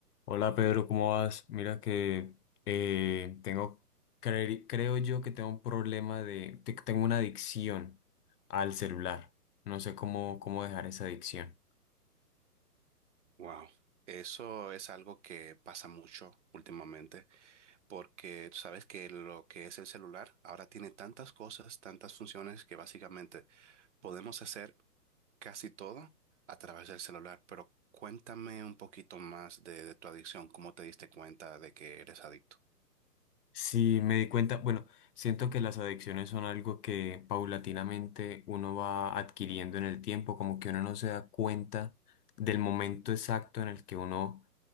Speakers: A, on the left; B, on the right.
A: Hola Pedro, ¿cómo vas? Mira que eh, tengo, cre- creo yo que tengo un problema de, te- tengo una adicción al celular. No sé cómo, cómo dejar esa adicción.
B: Wow, eso es algo que pasa mucho últimamente, porque tú sabes que lo que es el celular ahora tiene tantas cosas, tantas funciones que básicamente podemos hacer casi todo a través del celular. Pero cuéntame un poquito más de, de tu adicción, cómo te diste cuenta de que eres adicto.
A: Sí, me di cuenta, bueno, siento que las adicciones son algo que paulatinamente uno va adquiriendo en el tiempo, como que uno no se da cuenta del momento exacto en el que uno